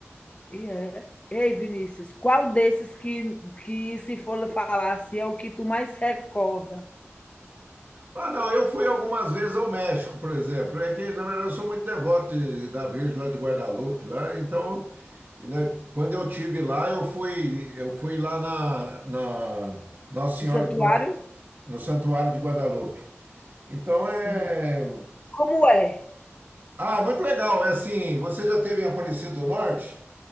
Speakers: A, on the left (about 30°); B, on the right (about 45°).
A: E é. Ei, Vinícius, qual desses que, que se for falar assim, é o que tu mais recorda?
B: Ah, não, eu fui algumas vezes ao México, por exemplo. É que, na verdade, eu sou muito devoto de- da Virgem lá de Guadalupe, lá, então, e, né, quando eu tive lá, eu fui, eu fui lá na, na Nossa Senhora
A: Do santuário?
B: de Guada, no Santuário de Guadalupe. Então
A: Sim.
B: é.
A: Como é?
B: Ah, é muito legal. É assim, você já teve em Aparecido do Norte?